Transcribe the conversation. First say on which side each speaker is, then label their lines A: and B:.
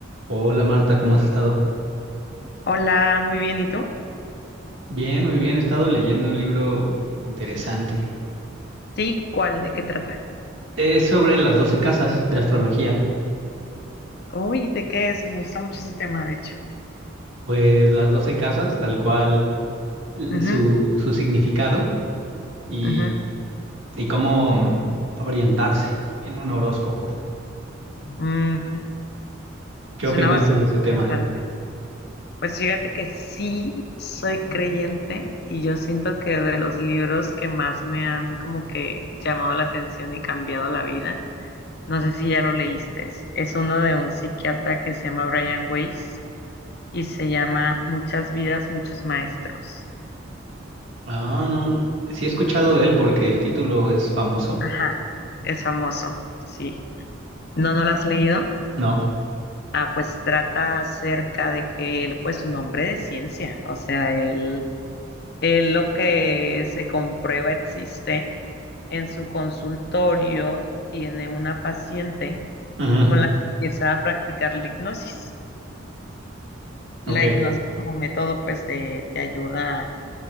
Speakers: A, on the right; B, on the left.
A: Hola Marta, ¿cómo has estado?
B: Hola, muy bien, ¿y tú?
A: Bien, muy bien. He estado leyendo un libro interesante.
B: Sí, ¿cuál? ¿De qué trata?
A: Es sobre las doce casas de astrología.
B: Uy, ¿de qué es? Me gusta mucho ese tema, de hecho.
A: Pues las doce casas, tal cual l-
B: Ujú,
A: su, su significado y,
B: ujú.
A: y cómo mm, orientarse en un horóscopo.
B: Mm,
A: ¿Qué
B: suena
A: opinas
B: bastante
A: tú de ese tema?
B: interesante. Pues fíjate que sí soy creyente y yo siento que de los libros que más me han como que llamado la atención y cambiado la vida, no sé si ya lo leíste, es uno de un psiquiatra que se llama Brian Weiss y se llama Muchas vidas, muchos maestros.
A: Ah, no. Sí he escuchado de él porque el título es famoso.
B: Ajá, es famoso, sí. No, no la has leído.
A: No.
B: Ah, pues trata acerca de que él, pues, un hombre de ciencia, o sea, él, él lo que se comprueba existe. En su consultorio tiene una paciente
A: Ujú,
B: con la que empieza a practicar la hipnosis. La
A: Ok,
B: hipnosis como método, pues, de, de ayuda,